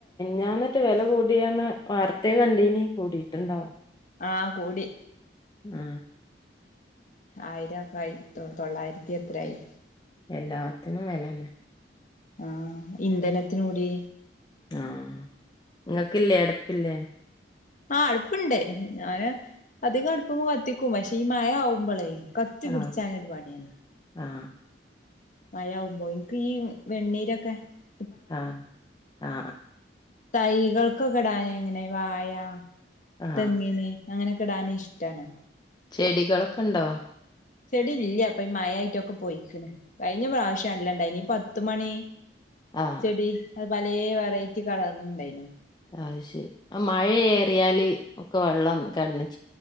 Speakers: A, on the left; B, on the left.
A: ഞാൻ എന്നിട്ട് വില കൂടിയോന്ന് വാർത്തയിൽ കണ്ടയ്ന് കൂടിട്ടുണ്ടോ
B: ആ കൂടി
A: ആ
B: ആയിരമൊക്കെയായി തൊള്ളായിരത്തി എത്ര ആയി
A: എല്ലാത്തിനും വില തന്നെ
B: ആ ഇന്ധനത്തിന് കൂടി
A: ആ നിങ്ങക്കില്ലേ അടുപ്പില്ലേ
B: ആ അടുപ്പുണ്ട് ഞാനാ അധികം അടുപ്പ് കത്തിക്കു.. പക്ഷേ മഴ ആകുമ്പോഴേ കത്തി
A: ആ
B: പിടിച്ചാ <unintelligible>
A: ആ
B: മഴ ആകുമ്പോ എനി <unintelligible>
A: ആ ആ
B: തൈകൾക്കൊക്കെ ഇടാനേ ഈ വാഴ
A: ആ
B: തെങ്ങിന് അങ്ങനൊക്കെ ഇടാന് ഇഷ്ടാണ്
A: ചെടികൾ ഒക്കെ ഉണ്ടോ
B: ചെടി ഇല്ല ഇപ്പോ മഴയായിട്ടൊക്കെ പോയിരിക്കണ് കഴിഞ്ഞ പ്രാവശ്യം ഉണ്ടായിരുന്നു ഈ പത്തു മണി
A: ആ
B: ചെടി അത് പല വെറയിറ്റി കളർ ണ്ടേന
A: അതു ശരി മഴയേറിയാല് കൊള്ളാം <unintelligible>